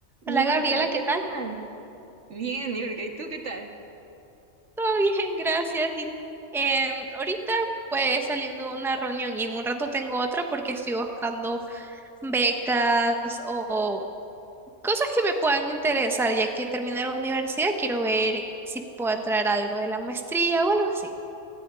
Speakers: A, on the right (about 70°); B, in the centre.
A: Niurka,
B: Hola Gabriela, ¿qué
A: ¿qué
B: tal?
A: tal? Bien, Niurka, ¿y tú qué tal?
B: Todo bien, gracias. Y em, ahorita pues saliendo de una reunión y en un rato tengo otra porque estoy buscando becas o cosas que me puedan interesar, ya que terminé la universidad, quiero ver si puedo entrar a algo de la maestría o algo así.